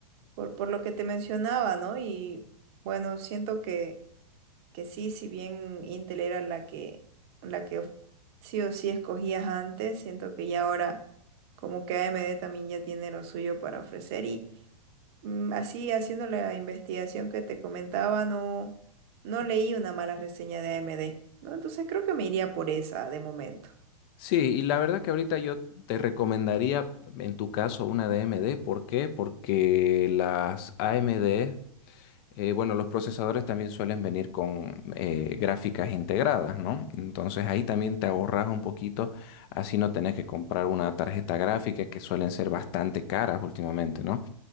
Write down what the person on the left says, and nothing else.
Sí, y la verdad que ahorita yo te recomendaría en tu caso una de AMD. ¿Por qué? Porque las AMD, eh, bueno, los procesadores también suelen venir con eh, gráficas integradas, ¿no? Entonces ahí también te ahorras un poquito, así no tenés que comprar una tarjeta gráfica que suelen ser bastante caras últimamente, ¿no?